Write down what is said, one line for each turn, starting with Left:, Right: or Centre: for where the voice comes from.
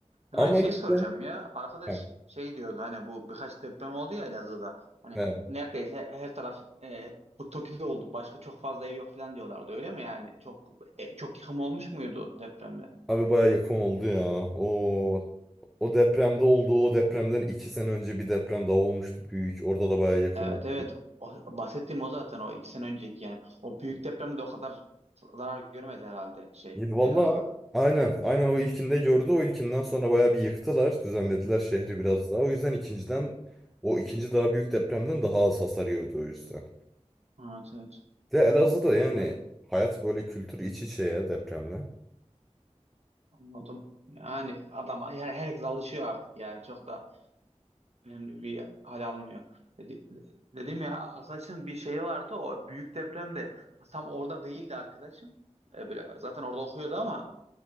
Right: Mehmet
Centre: Ama
Right: şey
Centre: işte
Right: soracağım ya. Arkadaş
Centre: he,
Right: şey diyordu hani bu birkaç deprem oldu ya Elazığ'da. Hani
Centre: he.
Right: neredeyse her taraf e, Toki'de oldu. Başka çok fazla ev yok falan diyorlardı. Öyle mi yani? Çok e, çok yıkım olmuş muydu depremde?
Centre: Abi bayağı yakın oldu ya. O o depremde oldu. O depremden iki sene önce bir deprem daha olmuştu büyük. Orada da bayağı yakın
Right: Evet
Centre: oldu.
Right: evet. O, bahsettiğim o zaten o iki sene önceki yani. O büyük depremde o kadar zarar görmedi herhalde şey
Centre: Ya Valla
Right: Elazığ.
Centre: aynen aynen o ilkinde gördü o ilkinden sonra bayağı bir yıktılar düzenlediler şehri biraz daha o yüzden ikinciden o ikinci daha büyük depremden daha az hasar gördü o yüzden.
Right: Evet evet.
Centre: De Elazığ'da yani
Right: Ay,
Centre: hayat böyle kültür iç içe ya depremle.
Right: Anladım. Yani adam her, herkes alışıyor artık yani çok da önemli bir hal almıyor. Dedi- dedim ya arkadaşım bir şey vardı o büyük depremde tam orada değildi arkadaşım. E, böyle zaten orada okuyordu ama